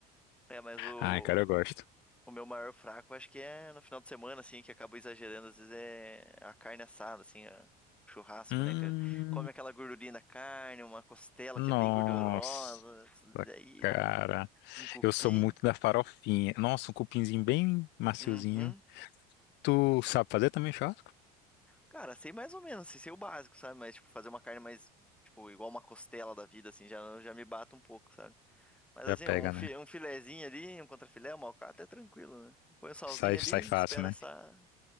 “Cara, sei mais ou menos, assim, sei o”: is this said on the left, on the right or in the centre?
Centre